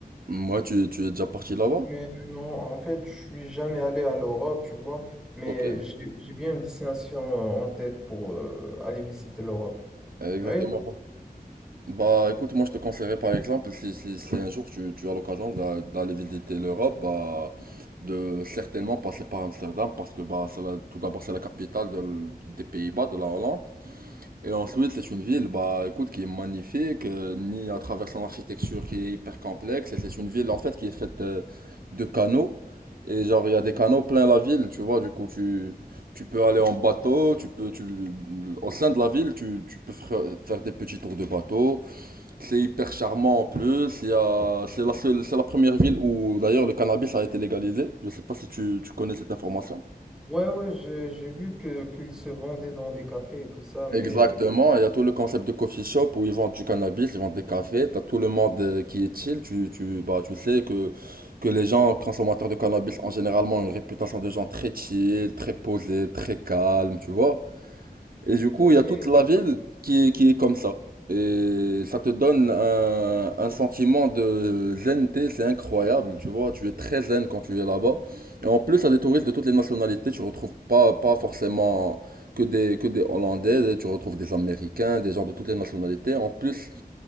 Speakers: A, on the right; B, in the centre.
A: Moi, tu, tu es déjà parti là-bas?
B: Mais non, en fait, je suis jamais allé à l'Europe, tu vois. Mais
A: Ok.
B: j'ai j'ai bien une destination en tête pour euh, aller visiter l'Europe.
A: Exactement.
B: Oui,
A: bah. Bah écoute, moi je te conseillerais par exemple, si, si, si un jour tu, tu as l'occasion d'a- d'aller visiter l'Europe, bah, de certainement passer par Amsterdam parce que bah, c'est la- tout d'abord c'est la capitale de l- des Pays-Bas, de la Hollande. Et ensuite c'est une ville bah, écoute, qui est magnifique, euh, ni à travers son architecture qui est hyper complexe. Et c'est une ville en fait qui est faite euh, de canaux. Et genre il y a des canaux plein la ville, tu vois, du coup tu... Tu peux aller en bateau, tu peux, tu, au sein de la ville, tu, tu peux faire faire des petits tours de bateau. C'est hyper charmant en plus. Il y a, c'est la seule, c'est la première ville où d'ailleurs le cannabis a été légalisé. Je sais pas si tu, tu connais cette information.
B: Ouais, ouais, j'ai j'ai vu que qu'ils se vendaient dans des cafés et tout ça, mais,
A: Exactement. Il y a tout le concept de coffee shop où ils vendent du cannabis, ils vendent des cafés. T'as tout le monde euh, qui est chill. Tu, tu, bah, tu sais que, que les gens consommateurs de cannabis ont généralement une réputation de gens très chill, très posés, très calmes, tu vois. Et du coup,
B: et mais
A: il y a toute la ville qui est, qui est comme ça. Et ça te donne un, un sentiment de zenneté, c'est incroyable, tu vois, tu es très zen quand tu es là-bas. Et en plus, il y a des touristes de toutes les nationalités, tu retrouves pas, pas forcément que des, que des Hollandais, tu retrouves des Américains, des gens de toutes les nationalités. En plus,